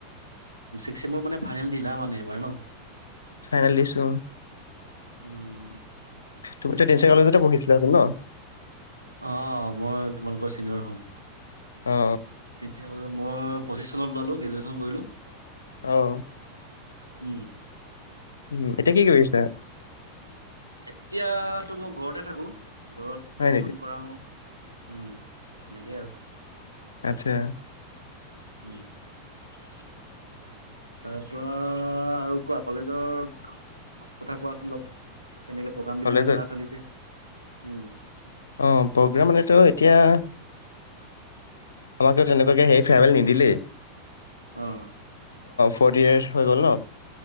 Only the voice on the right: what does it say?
মৰ মানে ফাইনেল দিলা মানে ববাৰ ন
উম।
অ মই তোমালোকৰ চিনিয়ৰ হম
তিনচুকিয়া কলেজত মই পঁিছ চন ওলালো গ্ৰেজুৱে্যন কৰিলো
উম,
এতিয়াাতো মই ঘৰতে থাকো ঘৰত
টিউচন
কৰাও উম সনেকেই আৰু উ
উম তাৰ পৰা আৰু কোৱা কলেজৰ কথা কোৱাচোন অলপ কেনেকে প্ৰগ্ৰাম বিিলাক
কেনেককা চলিছে উম
আহ